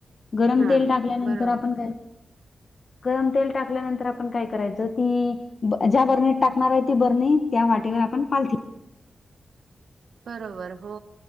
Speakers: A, on the left (about 40°); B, on the right (about 70°).
A: गरम
B: हा
A: तेल टाकल्यानंतर
B: बरोबर
A: आपण काय गरम तेल टाकल्यानंतर आपण काय करायचं ती ज्या बरणीत टाकणार आहे ती बरणी त्या वाटीवर आपण पालथी
B: बरोबर हो